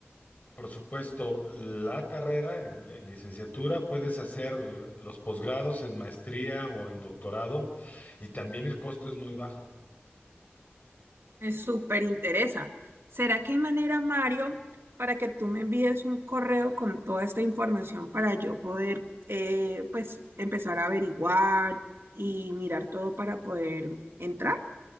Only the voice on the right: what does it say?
Me súper interesa. ¿Será que hay manera, Mario, para que tú me envíes un correo con toda esta información para yo poder, eh, pues, empezar a averiguar y mirar todo para poder entrar?